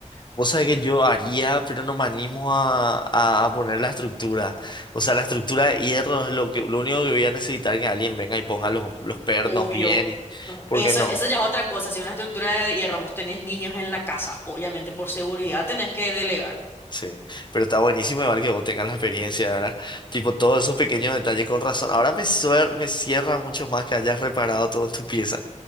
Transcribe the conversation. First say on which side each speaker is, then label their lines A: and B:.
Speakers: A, on the left; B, on the left.
A: Vos sabés que yo haría, pero no me animo a, a- a poner la estructura. O sea, la estructura de hierro es lo que, lo único que voy a necesitar que alguien venga y ponga los, los pernos
B: Obvio.
A: bien. y-
B: No,
A: porque
B: eso,
A: no?
B: eso ya es otra cosa. Si una estructura de hierro vos tenés niños en la casa, obviamente por seguridad tenés que delegar.
A: Sí, pero está buenísimo igual que vos tengas la experiencia, ¿verdad? Tipo, todos esos pequeños detalles con razón. Ahora me, suer- me cierra mucho más que hayas reparado todo en tu pieza.